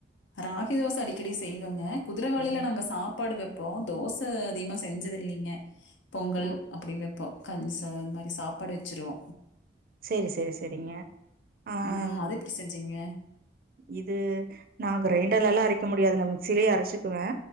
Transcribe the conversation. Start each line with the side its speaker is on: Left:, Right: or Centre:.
Left: ராகி தோச அடிக்கடி செய்வேங்க குதுரவாலில
Right: ம்
Left: நாங்க சாப்பாடு வைப்போ தோச ச அதிகமா செஞ்சது இல்லைங்க பொங்கல்
Right: ஓ
Left: அப்டின் வெப்போ கன்ச அது மாரி சாப்பாடு வச்சிருவோ
Right: செரி செரி செரிங்க ஆன்
Left: ஆ, அது எப்படி செஞ்சீங்க
Right: இது நா கிரைண்டர்லல்லா அரைக்க முடியாதுங்க மிக்சிலே அரச்சிக்குவே